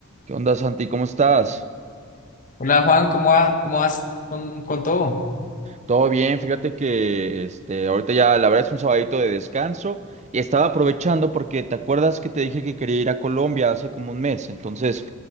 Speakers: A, on the right; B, on the left.
A: ¿Qué onda, Santi? ¿Cómo estás?
B: Hola Juan, ¿cómo va- cómo vas con, con todo?
A: Todo bien, fíjate que este, ahorita ya la verdad es un sabadito de descanso y estaba aprovechando porque te acuerdas que te dije que quería ir a Colombia hace como un mes, entonces